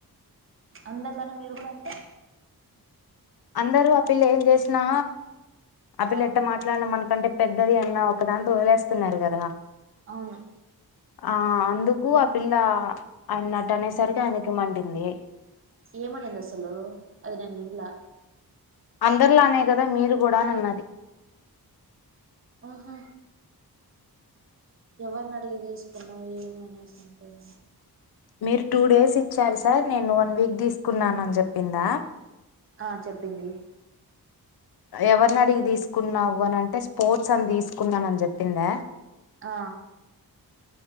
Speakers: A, on the right; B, on the left.
A: అందరిలానే మీరు కూడా అంటే
B: అందరూ ఆ పిల్ల ఏం చేసినా అ పిల్ల
A: ఆ
B: ఎట్ట మాట్లాడినా మన్ కంటే పెద్దది అన్నా ఒక దాంతో వదిలేస్తున్నారు కదా
A: అవును
B: ఆ అందుకు ఆ పిల్ల ఆయన్నట్ట అనేసరికి ఆయనకి మడింది
A: ఏమనింది అసలు అది నేను వినలా
B: అందరిలానే కదా మీరు కూడా అనన్నది
A: ఆహా ఎవరిని అడిగి తీసుకున్నావ్ ఏమి అనేసి అంటేనా
B: మీరు టూ డేస్ ఇచ్చారు సార్ నేను వన్ వీక్ తీసుకున్నాను అని చెప్పిందా
A: ఆ చెప్పింది
B: ఎవరిని అడిగి తీసుకున్నావు అని అంటే స్పోర్ట్స్ అని తీసుకున్నాను అని చెప్పిందా
A: ఆ